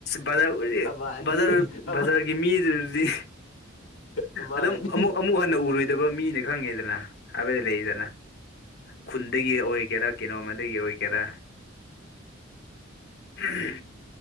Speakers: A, on the left; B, on the left.
A: ꯕꯖꯔꯕꯨꯗꯤ
B: ꯑꯃ ꯑꯅꯤ
A: ꯕꯖꯔ
B: ꯑꯃ
A: ꯕꯖꯔꯒꯤ ꯃꯤꯗꯨꯗꯤ
B: ꯑꯃ
A: ꯑꯗꯨꯝ
B: ꯑꯅꯤ
A: ꯑꯃꯨꯛ ꯑꯃꯨꯛ ꯍꯟꯅ ꯎꯔꯣꯏꯗꯕ ꯃꯤꯅ ꯈꯪꯉꯦꯗꯅ ꯍꯥꯏꯕꯗꯤ ꯂꯩꯗꯅ ꯈꯨꯟꯗꯒꯤ ꯑꯣꯏꯒꯦꯔꯥ ꯀꯤꯅꯣꯝꯃꯗꯒꯤ ꯑꯣꯏꯒꯦꯔꯥ ꯎꯍꯨꯝ